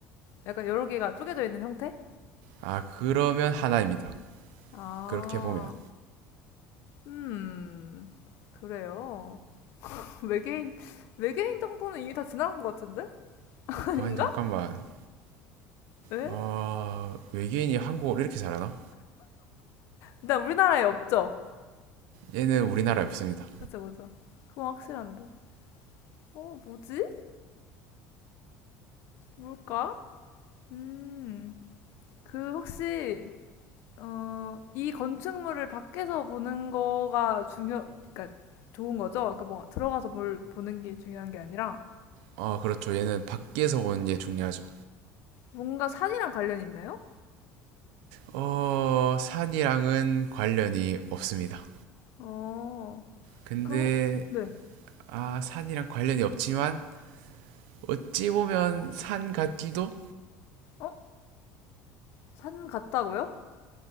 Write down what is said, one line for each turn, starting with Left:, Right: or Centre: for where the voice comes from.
Left: 약간 여러 개가 쪼개져 있는 형태?
Right: 아, 그러면 하나입니다.
Left: 아.
Right: 그렇게 보면.
Left: 음. 그래요. <laughs> 외계인 외계인 정도는 이미 다 지나간 것 같은데? <laughs> 아닌가?
Right: 아니, 잠깐만.
Left: 왜?
Right: 어 외계인이 한국어를 이렇게 잘하나?
Left: 일단 우리나라에 없죠.
Right: 얘는 우리나라에 없습니다.
Left: 그죠, 그죠. 그건 확실한데. 어, 뭐지? 뭘까? 음. 그 혹시 어, 이 건축물을 밖에서 보는 거가 중요 그러니까 좋은 거죠? 그러니까 뭐 들어가서 뭘 보는 게 중요한 게 아니라
Right: 어, 그렇죠. 얘는 밖에서 보는 게 중요하죠.
Left: 뭔가 산이랑 관련이 있나요?
Right: 어, 산이랑은 관련이 없습니다.
Left: 어.
Right: 근데,
Left: 그럼 네.
Right: 아, 산이랑 관련이 없지만, 어찌 보면 산 같기도?
Left: 어? 산 같다고요?